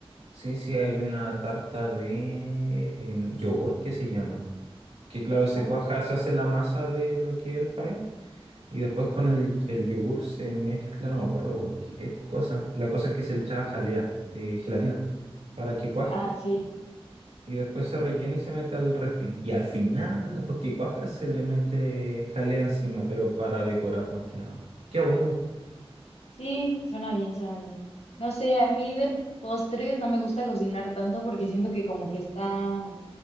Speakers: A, on the right (about 85°); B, on the left (about 80°).
A: sí, sí, hay una tarta de em, yogurt que se llama. Que claro, se
B: Ah,
A: cuaja, se hace la masa de lo que es el pie. Y después con el, el yogur se mezcla, no me acuerdo con qué cosa. La cosa es que se le echaba jalea, eh, gelatina, para que cuaje.
B: ah, sí.
A: Y después se rellena y se mete al refri. Y al final, después que cuaja, se le mete jalea encima, pero para decorar más que nada. Queda bueno igual.
B: Sí, suena bien, suena bien. No sé, a mí de postres no me gusta cocinar tanto porque siento que como que está